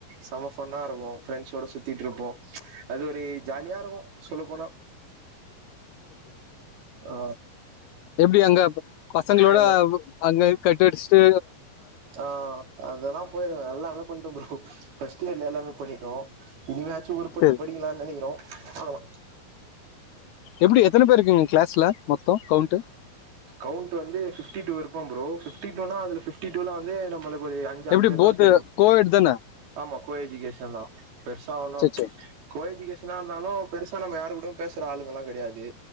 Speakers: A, on the right; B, on the left.
A: செமஃபன்னா இருக்கு ஃபிரண்ஸ்ஸோட சுத்திட்டு இருப்போ அது ஒரு ஜாலியா இருக்கு சொல்ல போனா ஆ
B: எப்டி அங்க பசங்களோட
A: அந்த
B: அங்க கட் அடிஸ்டு
A: ஆ அதெல்லா போயிருவே எல்லாமே பண்ட்டோ ப்ரோ ஃபஸ்டியர்ல எல்லாமே பண்ணிட்டோ இனி யாச்சு உருப்பட்டு
B: சரி
A: படிக்கலானு நெனக்கிறோ பாக்கலா
B: எப்டி எத்தனை பேர் இருக்கீங்க கிளாஸ்ல மொத்தோ கவுண்ட்டு
A: கவுண்ட் வந்து ஃபிஃப்டி டூ இருப்போ ப்ரோ ஃபிஃப்டி இன்னோனா அதுல ஃபிஃப்டி டூல வந்து நம்மளுக்கொரு ஐஞ்சாறு
B: எப்படி
A: பேர்தா
B: போத்
A: தெரியு
B: கோஎட் தானே
A: ஆமா கோ எஜூகேஷன்தா பெர்சாவலு
B: சரி சரி
A: கோ எஜூகேஷ் ன்னா இருந்தாலு பெருசா நம்மயாரு கூடவு பேசுற ஆளுங்கெல்லா கெடையாது